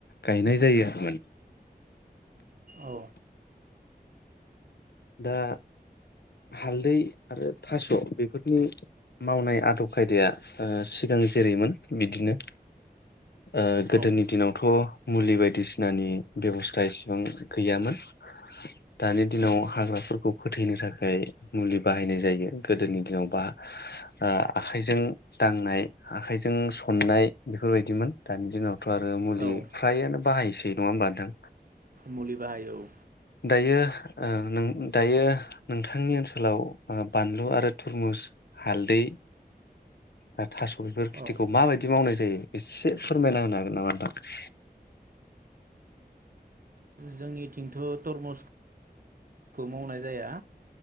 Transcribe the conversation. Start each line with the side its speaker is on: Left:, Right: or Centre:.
Left: गायनाय जायो आरो मान। <unintelligible>
Right: औ
Left: दा हालदै आरो थास बेफोरनि मावनाय आदब खायदाया ओ सिगां जेरैमोन बिदिनो। ओ गोदोनि
Right: औ
Left: दिनावथ मुलि बायदिसिनानि बेबस्था इसेबां गैयामोन। दानि दिनाव
Right: औ
Left: फोरखौ फोथैनो थाखाय मुलि बाहायनाय जायो गोदोनि दिनाव बा ओ आखाइजों दांनाय आखाइजों सननाय बेफोरबायदिमोन दानि दिनाव आरो मुलि
Right: औ
Left: फ्रायानो बाहायसै। नङा होनबा नोंथां?
Right: मुलि बाहायो औ।
Left: दायो ओ नों दायो नोंथांनि ओनसोलाव बानलु आरो थुरमुस हालदै आरो थास' बेफोर खिथिखौ
Right: औ
Left: माबायदि मावनाय जायो? एसे फोरमायना होनो हागोन नामा नोंथां?
Right: जोंनिथिंथ टरमुसखौ मावनाय जाया